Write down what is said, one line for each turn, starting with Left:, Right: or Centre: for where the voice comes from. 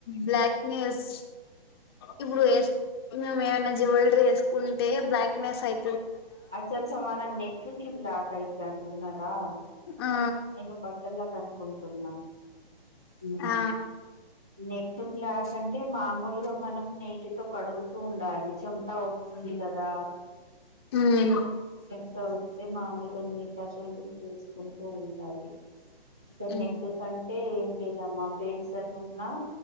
Left: బ్లాక్ న్యూస్ ఇప్పుడు వేస్ నువ్వేమైనా జ్యులరీ వేసుకుంటే బ్లాక్నెస్ అయి
Centre: అచ్చ అచ్చ మన నెక్క్ కి బ్లాక్ అయితే అంటున్నారా
Left: ఆ
Centre: నేను బట్టలా కనుక్కుంటున్నాను ఉ
Left: ఆ
Centre: నె క్క్ బ్లాక్ న్ అంటే మామూలుగా మనం నేటితో కడుగుతూ ఉండాలి చెమట వస్తుంది కదా
Left: ఉమ్
Centre: చెమట వస్తే మామూలుగా అన్నీ ఇలా చే తీసుకుంటూ ఉంటారు
Left: ఉమ్
Centre: నెక్క కంటే ఏంటిదమ్మా బేసన్ ఉన్నా